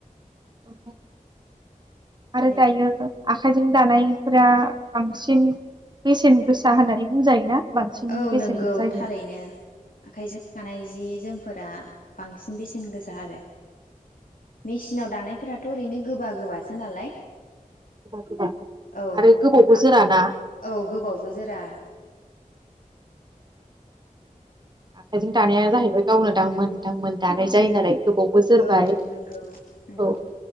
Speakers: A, on the right; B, on the left.
A: औ आरो
B: दे
A: दायो
B: बुं
A: आखाइजों दानायफोरा बांसिन बेसेन गोसा होननानै बुंजायोना? बांसिन
B: औ
A: बेसेन
B: नंगौ
A: जायो।
B: थारैनो आखाइजों जानाय जि जोमफोरा बांसिन बेसेन गोसा आरो मेचिनाव दानाय फोरथ ओरैनो गोबा गोबासो नालाय
A: गोबा
B: औ
A: आरो गोबावबो
B: आखा
A: जोराना
B: औ गोबावबो जोरा।
A: आखाइजों दानाया जाहैबाय गावनो दांमोन दांमोन दानाय जायो नालाय। गोबावबो जोरबाय
B: औ नंगौ नंगौ।
A: औ